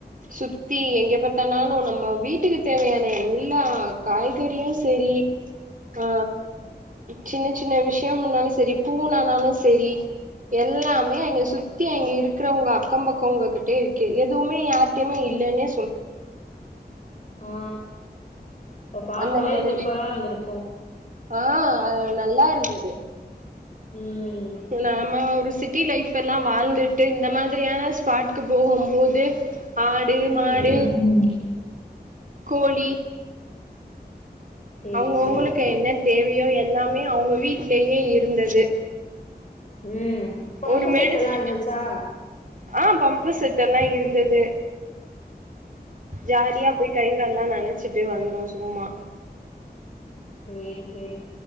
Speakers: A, on the right (about 50°); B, on the left (about 45°).
A: சுத்தி எங்க பாத்தானாலு நம்ம வீட்டுக்கு தேவையான எல்லா காய்கறியு சேரி ஆ சின்ன சின்ன விஷ்யம்னாலு செரி பூனானாலு செரி எல்லாமே அங்க சுத்தி அங்க இருக்றவுங்க அக்கம் பக்கோங்க கிட் டே இருக்கு எதுவ்மே யார்ட்டயுமே இல்லேன்னே
B: ஆ ப பாக்கவே
A: அந்த மாதிரி
B: சூப்பரா இருந்துரு க்கு
A: ஆ அது நல்லாருந்துது
B: ம்
A: சேர் நாம ஒரு சிட்டி லைஃப்பெல்லா வாழ்ந்துட்டு இந்த மாதிரியான ஸ்பாட்க்கு போகும்போது ஆடு
B: ம்
A: மாடு
B: ம்
A: கோழி
B: சேரி
A: அவுங்கவுங்களுக்கு
B: சேரி
A: என்ன தே வ்யோ எல்லாமே அவங்க வீட் லயே இருந்தது
B: ம் பம்பு
A: ஒரு மெடிஸ்
B: செட்டெல்லா இருந்துச்சா
A: ஆ பம்பு செட்டெல்லா இருந்தது ஜாலியா போய் கை, கால்லா நனச்சிட்டு வந்தோ சும்மா
B: சேரி சேரி